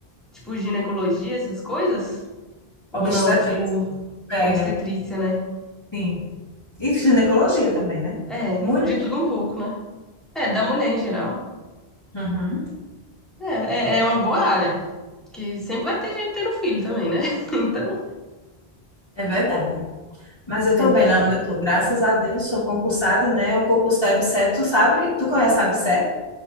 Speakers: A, in the centre; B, on the left (about 25°).
A: tipo, ginecologia, essas coisas? Ou
B: à obstetrícia,
A: não, é tipo,
B: pega,
A: obstetrícia, né?
B: sim. E ginecologia também, né?
A: É,
B: Mulher.
A: de tudo um pouco, né? É, da mulher em geral.
B: Uhum.
A: É, é, é uma boa área. Que sempre vai ter gente tendo filho também, né? <laughs> Então,
B: É verdade. Mas
A: sempre
B: eu tô bem
A: vai
B: lá
A: ter.
B: onde eu tô, graças a Deus, sou concursada, né? O concurso da ABSERH, tu sabe, tu conhece a ABSERH?